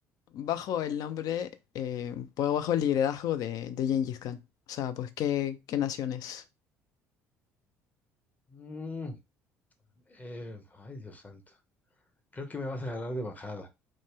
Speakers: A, on the left (about 50°); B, on the left (about 20°).
A: bajo el nombre, eh, pues, bajo el liderazgo de, de Gengis Khan? O sea, pues, ¿qué, qué naciones?
B: Mm, eh, ay, Dios santo. Creo que me vas a agarrar de bajada.